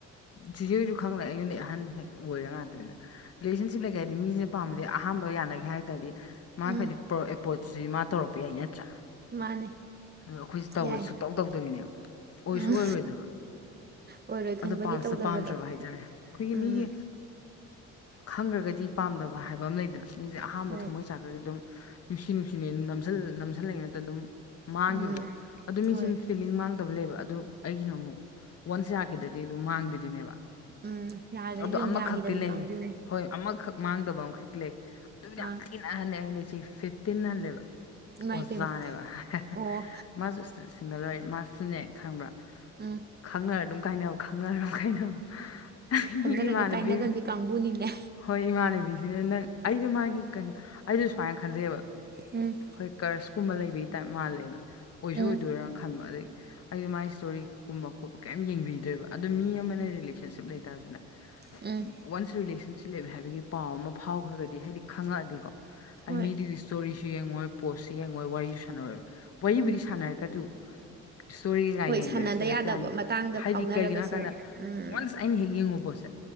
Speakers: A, on the left; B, on the right.
A: ꯆꯤꯆꯦ ꯍꯣꯏꯖꯨ ꯈꯪꯪꯂꯩ ꯑꯩꯉꯣꯜꯗꯩ ꯑꯍꯟ ꯍꯦꯛ ꯑꯣꯏꯔ ꯉꯥꯛꯇꯅꯤꯅ ꯔꯤꯂꯦꯁꯟꯁꯤꯞ ꯂꯩꯒꯦ ꯍꯥꯏꯗꯤ ꯃꯤꯖꯦ ꯄꯥꯝꯕꯗꯤ ꯑꯍꯥꯥꯟꯕ ꯌꯥꯅꯒꯦ ꯍꯥꯏ ꯇꯥꯔꯗꯤ ꯃꯥꯈꯩ
B: ꯎꯝ
A: ꯑꯦꯄ꯭ꯔꯣ ꯑꯦꯄ꯭ꯔꯣꯆꯁꯤ ꯃꯥ ꯇꯧꯔꯛꯄ ꯌꯥꯏ ꯅꯠꯇ꯭ꯔꯥ
B: ꯃꯥꯅꯦ
A: ꯑꯗꯣ ꯑꯩꯈꯣꯏꯁꯨ ꯇꯧꯔꯣꯏ
B: ꯌꯥꯏ
A: ꯁꯨꯛꯇꯧ ꯇꯧꯗꯕꯤꯅꯦꯕ ꯑꯣꯏꯁꯨ
B: ꯎꯝ
A: ꯑꯣꯏꯔꯣꯏꯗꯕ
B: ꯑꯣꯏꯔꯣꯏ ꯈꯟꯕꯒꯤ
A: ꯑꯗꯣ ꯄꯥꯝꯁꯨ
B: ꯇꯧꯗꯕꯗꯣ
A: ꯄꯥꯝꯗ꯭ꯔꯕ ꯍꯥꯏꯇꯥꯔꯦ ꯑꯩꯈꯣꯏꯒꯤ
B: ꯎꯝ
A: ꯃꯤꯒꯤ ꯈꯪꯈ꯭ꯔꯒꯗꯤ ꯄꯥꯝꯗꯕ ꯍꯥꯏꯕ ꯑꯃ ꯂꯩꯗꯅ ꯃꯤꯁꯦ ꯑꯍꯥꯟꯕ
B: ꯍꯣꯏ
A: ꯊꯝꯃꯣꯏ ꯆꯥꯛ ꯈꯗꯤ ꯑꯗꯨꯝ ꯅꯨꯡꯁꯤ ꯅꯨꯡꯁꯤꯅ ꯅꯝꯖꯜ ꯅꯝꯖꯤꯜꯂꯛꯏ ꯅꯠꯇ꯭ꯔ ꯑꯗꯨꯝ ꯃꯥꯡꯒꯤꯕꯗꯣ
B: ꯎꯝ
A: ꯑꯗꯨ ꯃꯤꯁꯨ
B: ꯍꯣꯏ
A: ꯐꯤꯂꯤꯡ ꯂꯤꯡ ꯃꯥꯡꯗꯕ ꯂꯩꯌꯦꯕ ꯑꯗꯨ ꯑꯩꯒꯤꯅ ꯑꯃꯨꯛ ꯋꯥꯟꯁ ꯌꯥꯈꯤꯗ꯭ꯔꯗꯤ ꯑꯗꯨꯝ ꯃꯥꯡꯕꯤꯗꯨꯅꯦꯕ
B: ꯎꯝ ꯌꯥꯗ꯭ꯔꯗꯤ
A: ꯑꯗꯣ
B: ꯑꯗꯨꯝ
A: ꯑꯃꯈꯛꯇꯤ
B: ꯌꯥꯈꯤꯗꯕꯤ
A: ꯂꯩ
B: ꯀꯥꯡꯒꯨꯅꯤ
A: ꯍꯣꯏ ꯑꯃꯈꯛ ꯃꯥꯡꯗꯕ ꯑꯃꯈꯛꯇꯤ ꯂꯩ ꯑꯗꯨꯗꯤ ꯌꯥꯝ
B: ꯑꯥ
A: ꯊꯤꯅ ꯑꯍꯜꯅꯦ ꯑꯩꯉꯣꯟꯗꯩ ꯆꯍꯤ ꯐꯤꯐꯇꯤꯟ ꯍꯜꯂꯦꯕ
B: ꯏꯃꯥ
A: ꯑꯣꯖꯥꯅꯦꯕ
B: ꯏꯄꯦꯝꯃ
A: <unintelligible>
B: ꯑꯣ
A: ꯃꯥꯁꯨ ꯁꯤꯡꯒꯜ ꯑꯣꯏꯔꯤ ꯃꯥꯁꯨꯅꯦ ꯈꯪꯕ꯭ꯔꯥ
B: ꯎꯝ
A: ꯈꯪꯅꯔ ꯑꯗꯨꯝ ꯀꯥꯏꯅꯕ ꯈꯪꯅꯔ ꯑꯗꯨꯝ ꯀꯥꯏꯅꯕ ꯑꯩ
B: ꯈꯪꯟꯅꯔꯒ
A: ꯏꯃꯥꯟꯅꯕꯤ
B: ꯀꯥꯏꯅꯒꯟꯕꯤ ꯀꯥꯡꯕꯨꯅꯤꯅꯦ
A: ꯍꯣꯏ ꯏꯃꯥꯟꯅꯕꯤꯁꯤꯅ ꯅꯪ ꯑꯩꯁꯨ ꯃꯥꯒꯤ ꯀꯩꯅꯣ ꯑꯩꯖꯨ ꯁꯨꯃꯥꯏꯅ ꯈꯟꯖꯩ ꯌꯦꯕ
B: ꯎꯝ
A: ꯑꯩꯈꯣꯏ ꯀꯔꯁꯀꯨꯝꯕ ꯂꯩꯕꯒꯤ ꯇꯥꯏꯞ ꯃꯥꯜꯂꯦꯅ ꯑꯣꯏꯁꯨ
B: ꯎꯝ
A: ꯑꯣꯏꯗꯣꯏꯔꯥꯅ ꯈꯟꯕ ꯑꯗꯨꯏ ꯑꯩꯗꯣ ꯃꯥꯏ ꯏꯁꯇꯣꯔꯤꯒꯨꯝꯕ ꯈꯣꯠꯄ ꯀꯩꯝ ꯌꯦꯡꯕꯤꯗ꯭ꯔꯦꯕ ꯑꯗꯨꯣ ꯃꯤ ꯑꯃꯅ ꯔꯤꯂꯦꯁꯟꯁꯤꯞ ꯂꯩꯇꯥꯔꯁꯨꯅꯦ
B: ꯎꯝ
A: ꯋꯥꯟꯁ ꯔꯤꯂꯦꯁꯟꯁꯤꯞ ꯂꯩ ꯍꯥꯏꯕꯒꯤ ꯄꯥꯎ ꯑꯃ ꯐꯥꯎꯈ꯭ꯔꯒꯗꯤ ꯍꯥꯏꯗꯤ ꯈꯪꯉꯛꯑꯗꯤꯀꯣ ꯑꯩ
B: ꯍꯣꯏ
A: ꯃꯤꯗꯨꯒꯤ ꯁ꯭ꯇꯣꯔꯤꯁ ꯌꯦꯡꯉꯣꯏ ꯄꯣꯠꯁꯨ ꯌꯦꯡꯉꯣꯏ ꯋꯥꯔꯤꯁꯨ ꯁꯥꯟꯅꯔꯣꯏꯕ ꯋꯥꯔꯤꯕꯨꯗꯤ
B: ꯎꯝ
A: ꯁꯥꯟꯅꯔꯒ ꯗꯨ ꯁ꯭ꯇꯣꯔꯤ ꯀꯩꯀꯥ
B: ꯍꯣꯏ
A: ꯌꯦꯡꯗꯦꯕ
B: ꯁꯥꯟꯅꯗ
A: ꯁ꯭ꯇꯦꯇꯁ
B: ꯌꯥꯗꯕ
A: ꯀꯩ ꯌꯦꯡꯗꯦꯕ
B: ꯃꯇꯥꯡꯗ
A: ꯍꯥꯏꯗꯤ
B: ꯐꯥꯎꯅꯔꯒꯁꯨ
A: ꯀꯩꯒꯤꯅꯣ ꯍꯥꯏꯀꯥꯟꯗ
B: ꯎꯝ
A: ꯋꯥꯟꯁ ꯑꯩꯅ ꯍꯦꯛ ꯌꯦꯡꯉꯨ ꯄꯣꯠꯁꯦ